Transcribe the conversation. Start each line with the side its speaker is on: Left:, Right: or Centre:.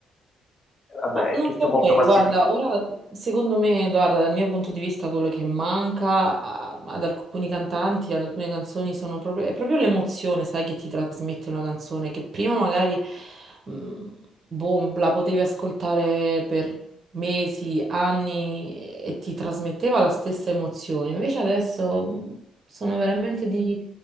Left: vabbè,
Right: Ma
Left: è
Right: non
Left: tutto
Right: saprei,
Left: molto massificato.
Right: guarda, ora secondo me, guarda, dal mio punto di vista quello che manca a- ad alcuni cantanti, ad alcune canzoni sono proprio, è proprio l'emozione, sai, che ti trasmette una canzone, che prima magari, mh, boh, la potevi ascoltare per mesi, anni e ti trasmetteva la stessa emozione. Invece adesso mh, sono veramente di,